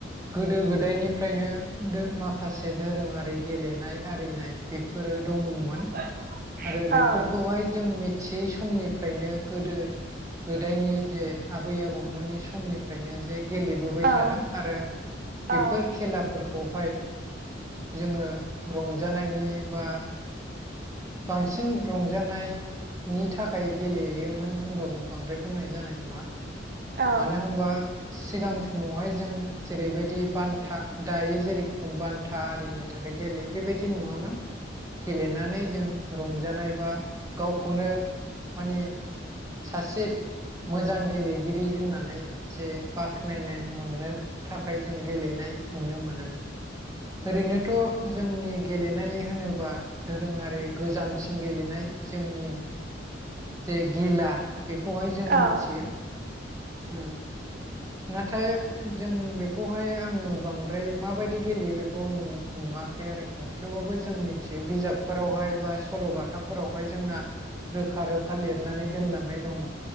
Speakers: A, on the right; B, on the right.
A: गोदो गोदायनिफ्रायनो माखासे दोरोङारि गेलेनाय आरिनाय बेफोरो दङमोन
B: <unintelligible>
A: आरो बेफोरखौहाय
B: औ
A: जों मि थियै समनिफ्रायनो गोदो गोदायनि जे आबै आबौमोननि समनि फ्रायनो जे गेलेबोबाय
B: औ
A: थादों आरो बेफोर
B: औ
A: खेलाफोरखौहाय जोङो रंजानायनि बा बांसिन रंजानायनि थाखाय गेलेयोमोन होनबाबो बांद्राय बुंनाय जानाय नङा
B: औ
A: मानो होनबा सिगां समावहाय जों जेरैबायदि बान्था दायो जेरैखम बान्था था आरिनि थाखाय गेलेयो बेबायदि नङामोन गेलेनानै जों रंजानाय बा गावखौनो माने सासे मोजां गेलेगिरि होननानै जे बाख्नायनाय मोननो थाखाय जों गेलेनाय नुनो मोनोमोन ओरैनो थ' जोंनि गेलेनाय होनोबा दोरोङारि गोजामसिन गेलेनाय जोंनि जे गिला बेखौहाय जों
B: औ
A: मिथियो ओम नाथाय जों बेखौहाय आङो बांद्राय माबायदि गेलेयो बेखौ न नुवाखै आरोखि थेवबाबो जों मिथियो बिजाबफोरावहाय बा सल'बाथाफोरावहाय जोंना रोखा रोखा थाखा लिरनानै दोनलांनाय दङ